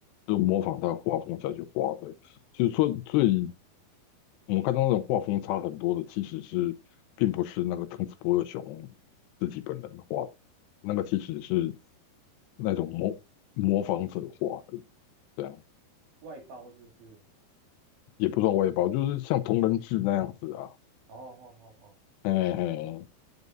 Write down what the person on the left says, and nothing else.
就模仿他的画风下去画的，就是说最我们看到那种画风差很多的，其实是并不是那个藤子不二雄自己本人画的，那个其实是那种模模仿者画的，这样
也不算外包，就是像同人志那样子啊，
嘿嘿。